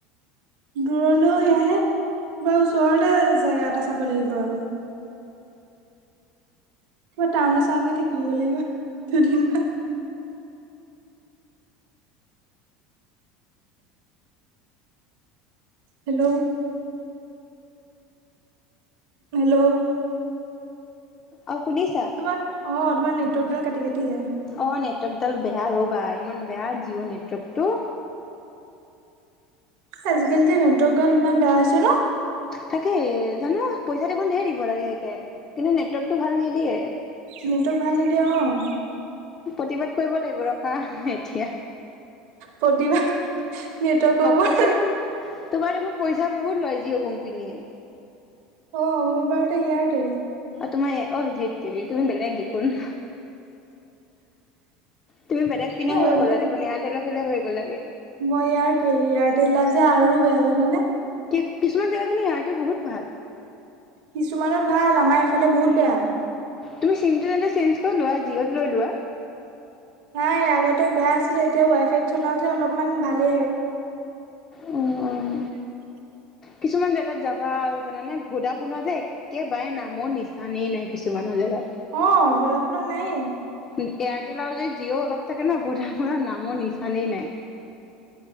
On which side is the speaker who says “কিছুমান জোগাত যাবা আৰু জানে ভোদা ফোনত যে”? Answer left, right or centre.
Left